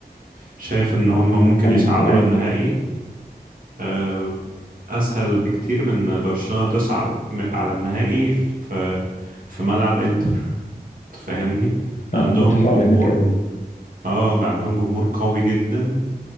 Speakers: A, on the right (about 60°); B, on the left (about 50°).
A: شايف ان
B: لا
A: هم
B: ما انا
A: ممكن
B: عن-
A: يصعدوا
B: معاك
A: للنهائي آه، أسهل بكتير من برشلونة تصعد م- على النهائي في في ملعب إنتر تفهمني عندهم
B: اه الماتش صعب
A: جمهور
B: هناك قوي
A: اه عندهم جمهور قوي جدا